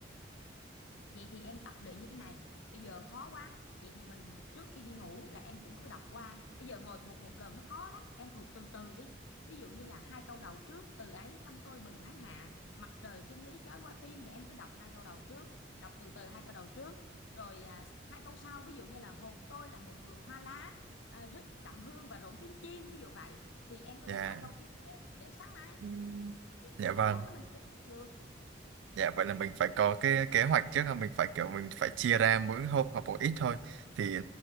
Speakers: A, on the left (about 80°); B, on the right (about 75°).
A: Vậy thì em tập luyện như thế này, bây giờ khó quá, vậy thì mình trước khi đi ngủ là em cũng cứ đọc qua, bây giờ ngồi thuộc một lần nó khó lắm, em thuộc từ từ đi. Ví dụ như là hai câu đầu trước, từ ấy trong tôi bừng nắng hạ, mặt trời chân lý chói qua tim thì em cứ đọc hai câu đầu trước, đọc từ từ hai câu đầu trước, rồi à, hai câu sau ví dụ như là hồn tôi là một vườn hoa lá à, rất đậm hương và rộn tiếng chim ví dụ vậy thì em có
B: Dạ,
A: thể hai câu tiếp theo để sáng mai
B: Ừ.
A: thì
B: dạ vâng.
A: tối đó mình chơi được
B: Dạ vậy là mình phải có cái kế hoạch trước là mình phải kiểu mình phải chia ra mỗi hôm học một ít thôi. Thì